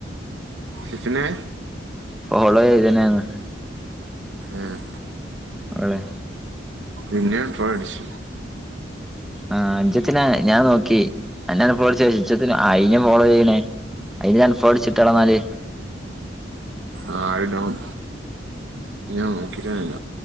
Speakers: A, on the right; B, in the centre.
A: ഷിഫിനേ
B: ഫോളോ ചെയ്ത്ണ് അർഞ്ഞ്
A: ഏഹ്
B: ഓളെ.
A: ഇന്നിം അൺ ഫോളോ അടിച്.
B: ആഹ് ഇജ്ജെത്തിനാ ഞാൻ നോക്കി അന്നെ അൺ ഫോളോ അടിച്ചേ ഇജ്ജെത്തിന അയിനെ ഫോളോ ചെയ്യണേ അയിനിം അൺഫോളോ അടിച്ചിട്ടാളന്നാല്.
A: ആഹ് ഇടണം പിന്നെ ഞാൻ നോക്കിട്ടന്നെല്ല.